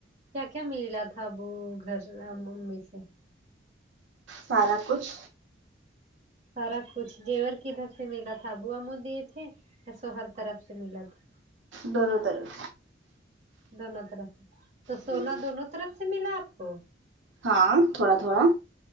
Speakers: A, on the right; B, on the right.
A: کیا کیا میلا تھا ابو گھر امی سے
B: سارا کچھ
A: سارا کچھ زیور کدھر سے ملا تھا ابو امی دیے تھے ہے سو ہر طرف سے ملا تھا
B: دونوں طرف
A: دونوں طرف سے تو سونا
B: ہوں
A: دونوں طرف سے ملا آپ کو
B: ہاں تھوڑا تھوڑا